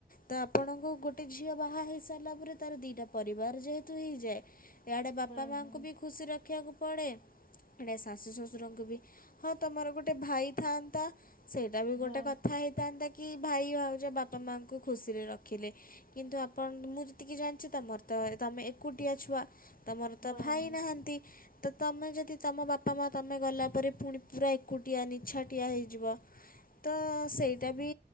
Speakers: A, on the left; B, on the left.
A: ତ ଆପଣଙ୍କୁ ଗୋଟେ ଝିଅ ବାହା ହେଇସାରିଲା ପରେ ତାର ଦିଟା ପରିବାର ଯେ ତୁ ହେଇଯାଏ। ଇଆଡ଼େ ବାପା
B: ହଁ
A: ମାଙ୍କୁ
B: ହଁ
A: ବି ଖୁସି ରଖିବାକୁ ପଡ଼େ ଏଣେ ଶାଶୁ ଶ୍ୱଶୁରଙ୍କୁ ବି ହଁ ତମର ଗୋଟେ ଭାଇ ଥାନ୍ତା ସେଇଟା ବି ଗୋଟେ
B: ହଁ
A: କଥା ହେଇଥାନ୍ତା। କି ଭାଇ ଭାଉଜ ବାପା ମାଙ୍କୁ ଖୁସିରେ ରଖିଲେ କିନ୍ତୁ ଆପଣ ମୁଁ ଯେତିକି ଜାଣିଛି ତମର ତ ତମେ ଏକୁଟିଆ ଛୁଆ ତମର
B: ହଁ
A: ତ ଭାଇ
B: ହଁ।
A: ନାହାନ୍ତି। ତ ତମେ ଯଦି ତମ ବାପା ମା ତମେ ଗଲା ପରେ ପୁଣି ପୁରା ଏକୁଟିଆ ନି ଛାଟିଆ ହେଇଯିବ ତ ସେଇଟା ବି